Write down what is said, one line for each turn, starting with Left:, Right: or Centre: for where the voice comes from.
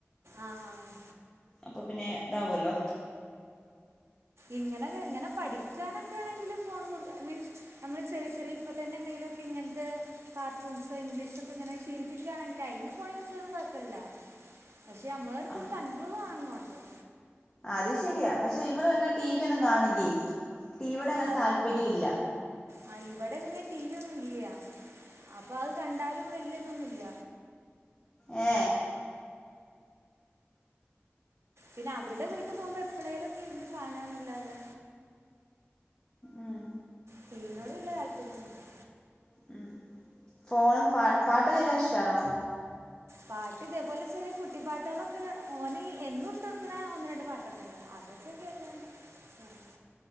Right: ആഹ് ആഹ്.
Left: അപ്പൊ പിന്നെ ഇതാവ്വല്ലോ.
Right: ഇങ്ങനകെ ഇങ്ങനെ പഠിക്കാനൊക്കെണെങ്കില് ഫോണ് കൊടുക്ക മീൻസ് നമ്മള് ചെറി ചെറി ഇപ്പ തന്നെ എന്തെങ്കിലൊ ക്കെങ്ങൻത്തെ കാർട്ടൂൺസോ ഇംഗ്ലീഷൊക്കെങ്ങനെ ശീലിപ്പിക്കാണെങ്കില് അയ്നു ഫോൺ യൂസ്ചെയ്യൻ കൊയ്പ്പല്ല പക്ഷെ നമ്മളെട്ത്തരു
Left: ആ
Right: കണ്ട്രോൾ വേണന്ന് മാത്രം.
Left: അത് ശരിയാ പക്ഷെ ഇവള് അങ്ങനെ ടി വി ഒന്നും കാണില്ലേ ടിവിയോട് അങ്ങനെ
Right: ആ
Left: താല്പര്യം ഇല്ല.
Right: ആ ഇവിടെ പിന്നെ ടി വി ഒന്നും ഇല്ല അപ്പൊ അത് കണ്ടാലും വലിയതൊന്നും ഇല്ല
Left: ഏ
Right: പിന്നെ അവിടെ വീട്ടിൽ പോകുമ്പോ എപ്പോഴേലും ഒക്കെ ഇരുന്ന് കാണാന്നല്ലാതെ
Left: ഉം
Right: ടി വി നോട് വല്ല്യ താല്പര്യം ഒന്നുല്ല്യ
Left: ഉം ഫോണും പ പാട്ടൊക്കെ കേൾക്കാൻ ഇഷ്ടാണോ
Right: പാട്ട് ഇതേപോലെ ചെറിയ കുട്ടിപ്പാട്ടുകളൊക്കെ ഓൻ എന്നും ഇട്ടുകൊടുക്കുന്ന ഒന്ന് രണ്ട് പാട്ടൊക്കെ ഉണ്ട് അത് <unintelligible>